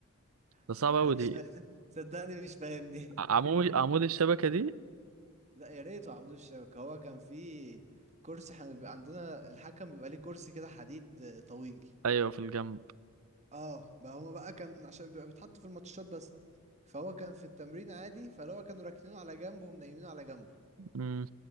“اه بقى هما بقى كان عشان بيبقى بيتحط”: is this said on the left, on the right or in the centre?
Right